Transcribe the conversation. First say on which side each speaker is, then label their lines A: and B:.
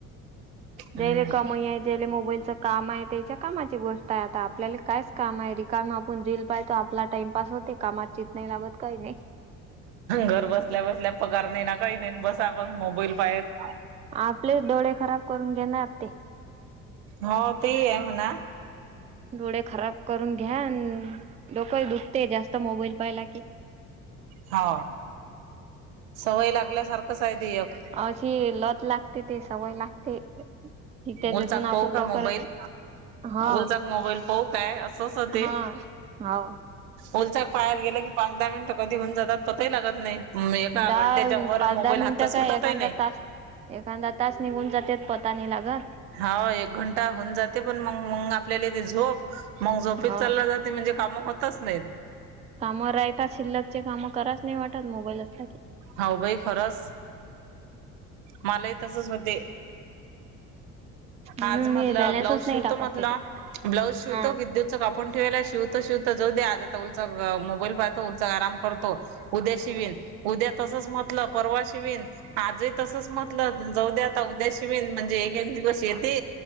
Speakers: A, on the right; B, on the right.
A: हम्म
B: जले कमाई आहे जेले मोबाईलच. काम आहे त्याच्या कामाची गोष्ट आहे आता आपल्याला कायच काम आहे रिकाम आपण रील पाहतो आपला टाइमपास होते. कामाचीत नाही लागत काही नाही.
A: घर बसल्या बसल्या पगार नाही ना काही नाही बसा आपण मोबाईल पायात.
B: आपलेच डोळे खराब करून घेणार ते.
A: हो ते आहे हो ना.
B: डोळे खराब करून घ्या डोकही दुखते जास्त मोबाईल पाहिला की.
A: हा सवय लागल्यासारखंच आहे ते एक.
B: अशी लत लागते ते सवय लागते. कि त्याच्यातून
A: उलचा
B: आपण
A: पाहू का
B: लवकर
A: मोबाईल.
B: हाव
A: उलचाक मोबाईल पाहू काय असच होते
B: हा
A: ते.
B: हाव
A: उलचा पायाला गेलं की पाच दहा मिनिटं कधी होऊन जात पतही लागत नाही. एका घंट्याच्या
B: दहा
A: वर
B: पाच
A: मोबाईल
B: दहा
A: हातचा
B: मिनटं
A: सुटतही
B: काय एखादा
A: नाही
B: तास. एखादा तास निघून जातेेत पता नाही लागत.
A: हा एक घंटा होऊन जाते पण मग मग आपल्याला इथे झोप मग झोपच
B: हा
A: चाला जाते. म्हणजे काम होतच नाहीत.
B: काम राहतात शिल्लक चे कामं कराच नाही वाटत मोबाईल असला की.
A: हाऊ बाई खरंच मलाही तसच होते.
B: म्हणून
A: आज मधलं
B: मी बॅलन्सच
A: ब्लाऊज
B: नाही
A: शिवतो
B: टाकत
A: मधलं
B: त्याच्यात
A: ब्लाऊज शिवतो
B: हा
A: विद्युत. उच का आपण ठेवायला शिवतो शिवत जाऊ दे आज आता उलचा मोबाईल पाहतो उलचाक आराम करतो. उद्या शिवीन उद्या तसच म्हटलं परवा. ते शिवीण आजही तसंच म्हटलं जऊद्याता उद्या शिवीन म्हणजे एक एक दिवस येते.